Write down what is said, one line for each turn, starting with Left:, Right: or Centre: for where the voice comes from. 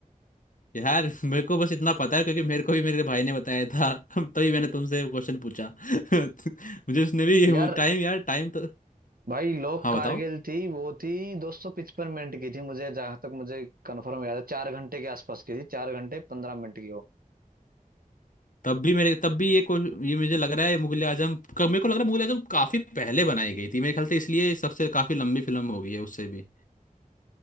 Left: यार मेरे को बस इतना पता है क्योंकि मेरे को भी मेरे भाई ने बताया था <laughs> तभी मैंने तुमसे क्वेश्चन पूछा <laughs> मुझे उसने भी
Right: यार
Left: टाइम यार टाइम तो
Right: भाई लोग
Left: हाँ
Right: कारगिल
Left: बताओ
Right: थी वो थी दो सौ पचपन मिनट की थी मुझे जहां तक मुझे कंफर्म याद है चार घंटे के आसपास की थी चार घंटे पंद्रह मिनट की वो
Left: तब भी मेरे तब भी ये को ये मुझे लग रहा है मुगले आजम मेरे को लग रहा है मुगले आजम काफी पहले बनाई गई थी मेरे ख्याल से इसलिए सबसे काफी लंबी फिल्म हो गई है उससे भी